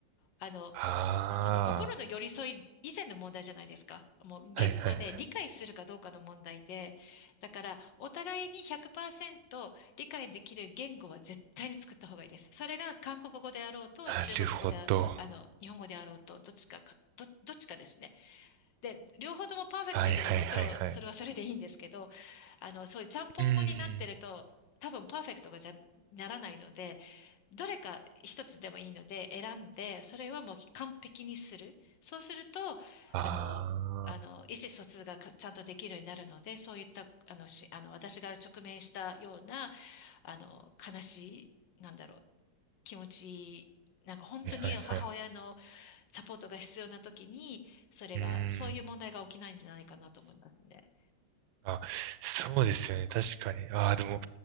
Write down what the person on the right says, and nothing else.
あ
あ。はいはいはい。
なるほど。
はいはいはいはい。
うーん。
ああ。
は
いはいはい。
うーん。
あ、そうですよね。確かに。ああ、でも、